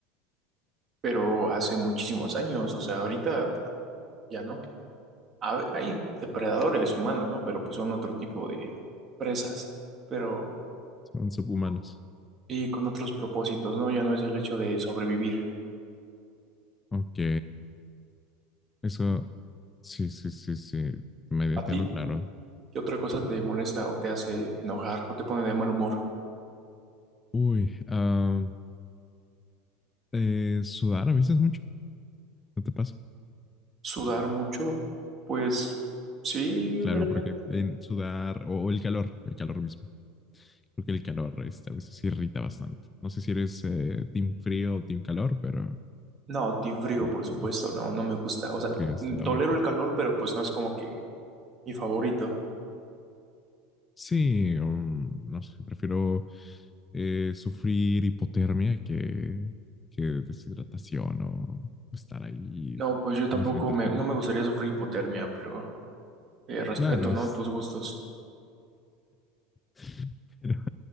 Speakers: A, on the right (about 35°); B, on the left (about 20°).
A: pero hace muchísimos años, o sea, ahorita ya no. Ha- Hay depredadores humanos, ¿no? Pero pues son otro tipo de presas, pero
B: Son subhumanos.
A: co- sí con otros propósitos, ¿no? Ya no es el hecho de sobrevivir.
B: Ok. Eso, sí, sí, sí, sí. Me
A: ¿A
B: entiendo
A: ti
B: claro.
A: ¿Qué otra cosa te molesta o te hace enojar o te pone de mal humor?
B: Uy, ah, eh, sudar a veces mucho. ¿No te pasa?
A: ¿Sudar mucho? Pues sí,
B: Claro,
A: realmente.
B: porque en sudar o, o el calor, el calor mismo, porque el calor este, a veces irrita bastante. No sé si eres eh, team frío o team calor, pero
A: No, team frío,
B: el,
A: por supuesto, no, no me gusta. O
B: el
A: sea,
B: frío es
A: mm,
B: lo
A: tolero
B: mejor.
A: el calor, pero pues no es como que mi favorito.
B: Sí, um, no sé, prefiero eh, sufrir hipotermia que, que deshidratación o estar ahí
A: No, pues yo tampoco
B: enfrente
A: me,
B: del calor.
A: no me gustaría sufrir hipotermia, pero eh, respeto,
B: Claro,
A: ¿no?
B: s-
A: Tus gustos.
B: <laughs> pero